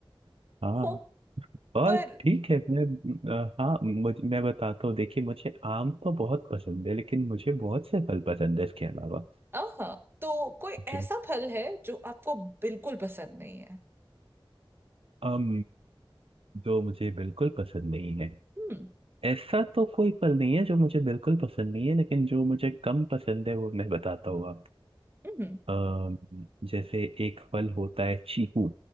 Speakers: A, on the right; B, on the right.
A: हाँ
B: हो
A: और
B: पर
A: ठीक है मैं अ, हाँ मुझ, मैं बताता हूँ देखिए मुझे आम तो बहुत पसंद है लेकिन मुझे बहुत से फल पसंद है इसके अलावा
B: हाँ तो कोई
A: मुझे
B: ऐसा फल है जो आपको बिल्कुल पसंद नहीं है
A: अम जो मुझे बिल्कुल पसंद नहीं है
B: हम्म
A: ऐसा तो कोई फल नहीं है जो मुझे बिल्कुल पसंद नहीं है लेकिन जो मुझे कम पसंद है वो मैं बताता हूँ आप
B: हम्म
A: अम, जैसे एक फल होता है चीकू